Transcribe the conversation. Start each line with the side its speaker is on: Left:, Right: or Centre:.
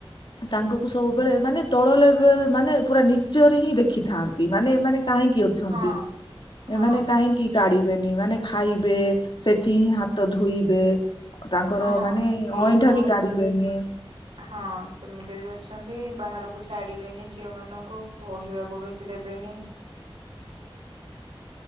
Left: ତାଙ୍କକୁ ସବୁବେଳେ ମାନେ ତଳ ଲେଭଲ ମାନେ ପୁରା ନିଚ୍ଚରେ ହିଁ ଦେଖିଥା ନ୍ତି ମାନେ ଏମାନେ କାହିଁକି ଅଛନ୍ତି
Right: ହଁ ହଁ
Left: ଏମାନେ କାହିଁକି କାଡି ବେନି ମାନେ ଖାଇବେ ସେଠି ହିଁ ହାତ ଧୋଇବେ ତାଙ୍କର
Right: ହଁ
Left: ମାନେ
Right: ସେଇ
Left: ଅଇଁଠା
Right: ଯୋଉ
Left: ବି କାଢିବେନି
Right: ହଁ ସେମିତି। କେତେ ବି ଅଛନ୍ତି ବାହାରକୁ ଛାଡିବେନି ଝିଅ ମାନଙ୍କୁ ପଢିବାକୁ ବେଶୀ ଦେବେନି।
Left: <inaudible>